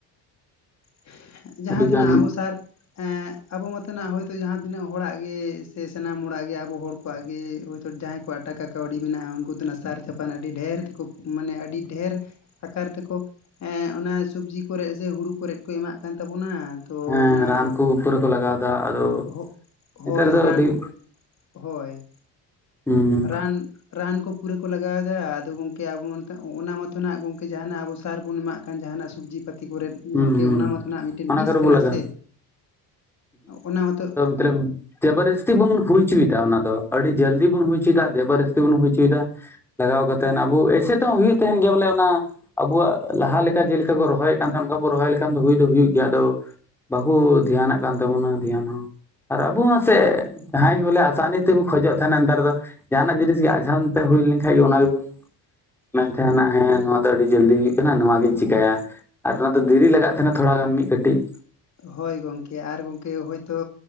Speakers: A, on the left; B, in the centre.
A: ᱦᱮᱸᱜ ᱡᱟᱦᱟᱸ
B: ᱟᱹᱰᱤᱜᱟᱱ
A: ᱫᱷᱚᱱᱟᱹᱜ ᱟᱵᱚ ᱥᱟᱨ, ᱮᱸᱜ ᱟᱵᱚ ᱢᱟᱛᱚᱱᱟᱜ ᱦᱚᱭᱛᱚ ᱡᱟᱦᱟᱸ ᱛᱤᱱᱟᱹᱜ ᱦᱚᱲᱟᱜ ᱜᱮ ᱥᱮ ᱥᱟᱱᱟᱢ ᱦᱚᱲᱟᱜ ᱜᱮ ᱟᱵᱚ ᱦᱚᱲ ᱠᱚᱣᱟᱜ ᱜᱮ ᱦᱚᱭᱛᱳ ᱡᱟᱦᱟᱸᱭ ᱠᱚᱣᱟᱜ ᱴᱟᱠᱟ ᱠᱟᱹᱣᱰᱤ ᱢᱮᱱᱟᱜᱼᱟ, ᱩᱱᱠᱩ ᱫᱚᱱᱟᱜ ᱥᱟᱨ ᱪᱟᱯᱟᱱ ᱟᱹᱰᱤ ᱰᱮᱦᱮᱨ ᱛᱮᱠᱩᱠ ᱢᱟᱱᱮ ᱟᱹᱰᱤ ᱰᱮᱦᱮᱨ ᱟᱠᱟᱨ ᱛᱮᱠᱚ ᱮᱻ ᱚᱱᱟ ᱥᱩᱵᱽᱡᱤ ᱠᱚᱨᱮᱜ ᱥᱮ ᱦᱩᱲᱩ ᱠᱚᱨᱮᱫ ᱠᱚ ᱮᱢᱟᱫ ᱠᱟᱝ ᱛᱟᱵᱚᱱᱟ᱾ ᱛᱚ
B: ᱦᱮᱸ
A: ᱚᱱᱟ
B: ᱨᱟᱱ ᱠᱚ ᱯᱩᱨᱟᱹ ᱠᱚ ᱞᱟᱜᱟᱣ ᱮᱫᱟ ᱟᱫᱚ
A: ᱦᱳᱜ
B: ᱱᱮᱛᱟᱨ
A: ᱦᱳᱭ
B: ᱫᱚ
A: ᱨᱟᱱ
B: ᱟᱹᱰᱤᱡ
A: ᱦᱳᱭ!
B: ᱦᱩᱸ
A: ᱨᱟᱱ ᱨᱟᱱ ᱠᱚ ᱯᱩᱨᱟᱹ ᱠᱚ ᱞᱟᱜᱟᱣᱮᱫᱟ, ᱟᱫᱚ ᱜᱚᱝᱠᱮ ᱟᱵᱚᱢᱟ ᱱᱤᱛᱚᱜ ᱚᱱᱟ ᱢᱟᱛᱚ ᱡᱟᱦᱟᱸᱱᱟᱜ ᱜᱚᱝᱠᱮ ᱡᱟᱦᱟᱸᱱᱟᱜ ᱟᱵᱚ ᱥᱟᱨ ᱵᱚ ᱮᱢᱟᱫ ᱠᱟᱱ ᱡᱟᱦᱟᱸᱱᱟᱜ ᱥᱩᱵᱽᱡᱤ ᱯᱟᱹᱛᱤ ᱠᱚᱨᱮᱫ
B: ᱦᱩᱸ
A: ᱜᱚᱝᱠᱮ
B: ᱦᱩᱸ
A: ᱚᱱᱟ ᱢᱟᱛᱚᱱᱟᱜ ᱢᱤᱫᱴᱮᱱ
B: ᱚᱱᱟ
A: ᱵᱤᱥ
B: ᱠᱚᱨᱮ
A: ᱠᱟᱱᱟ
B: ᱵᱚ ᱞᱟᱜᱟ
A: ᱥᱮ, ᱚᱱᱟ ᱢᱟᱛᱚᱜ
B: ᱛᱟᱞᱚᱵ ᱡᱟᱵᱟᱨ ᱡᱟᱹᱥᱛᱤ ᱵᱳᱱ ᱦᱩᱭ ᱪᱚᱭ ᱮᱫᱟ ᱚᱱᱟ ᱫᱚ, ᱟᱹᱰᱤ ᱡᱟᱹᱞᱫᱤ ᱵᱳᱱ ᱦᱩᱭ ᱪᱮᱫᱟᱜ ᱡᱟᱵᱚᱨ ᱡᱟᱹᱥᱛᱤ ᱵᱚᱱ ᱦᱩᱭ ᱚᱪᱚᱭᱮᱫᱟ, ᱞᱟᱜᱟᱣ ᱠᱟᱛᱮᱱ ᱟᱹᱵᱩ ᱟᱭᱥᱮ ᱛᱮᱦᱚᱸ ᱦᱩᱜᱩᱜ ᱛᱟᱦᱮᱸᱱ ᱜᱮᱭᱟ ᱚᱱᱟ᱾ ᱟᱵᱚᱣᱟᱜ ᱞᱟᱦᱟ ᱞᱮᱠᱟ ᱡᱮᱞᱮᱠᱟ ᱠᱚ ᱨᱚᱦᱚᱭᱮᱫ ᱠᱟᱱ ᱛᱟᱦᱮᱸᱱ, ᱚᱱᱠᱟ ᱵᱚᱱ ᱨᱚᱦᱚᱭ ᱞᱮᱠᱷᱟᱱ ᱫᱚ ᱦᱩᱭ ᱫᱚ ᱦᱩᱭᱩᱜ ᱜᱮᱭᱟ ᱟᱫᱚ ᱵᱟᱹᱠᱳ ᱫᱷᱮᱭᱟᱱᱟᱜ ᱠᱟᱱ ᱛᱟᱵᱚᱱᱟ ᱫᱷᱮᱭᱟᱱ ᱦᱚᱸ᱾ ᱟᱨ ᱟᱹᱵᱩ ᱢᱟᱥᱮ ᱡᱟᱦᱟᱸᱭ ᱜᱮ ᱵᱚᱞᱮ ᱟᱥᱟᱱᱤ ᱛᱮᱵᱩ ᱠᱷᱚᱡᱚᱜ ᱛᱟᱦᱮᱸᱱᱟ ᱱᱮᱛᱟᱨ ᱫᱚ ᱡᱟᱦᱟᱸᱱᱟᱜ ᱡᱤᱱᱤᱥ ᱜᱮ ᱟᱡᱷᱽᱨᱳᱱ ᱛᱮ ᱦᱩᱭ ᱞᱮᱸᱠᱷᱟᱡ ᱜᱮ ᱚᱱᱟ ᱜᱮᱵᱩᱱ ᱢᱮᱱ ᱠᱷᱟᱱ, ᱦᱮᱸ ᱱᱚᱣᱟ ᱫᱚ ᱟᱹᱰᱤ ᱡᱟᱹᱞᱫᱤ ᱦᱩᱭᱩᱜ ᱠᱟᱱᱟ ᱱᱚᱣᱟᱜᱤᱧ ᱪᱮᱠᱟᱭᱟ᱾ ᱟᱨ ᱱᱳᱣᱟ ᱫᱚ ᱫᱷᱤᱨᱤ ᱞᱟᱜᱟᱜ ᱛᱟᱦᱮᱸᱱᱟ ᱛᱷᱚᱲᱟ ᱜᱟᱱ ᱢᱤᱫ ᱠᱟᱹᱴᱤᱡ
A: ᱦᱳᱭ ᱜᱚᱝᱠᱮ ᱟᱨ ᱜᱚᱝᱠᱮ ᱦᱳᱭ ᱛᱳ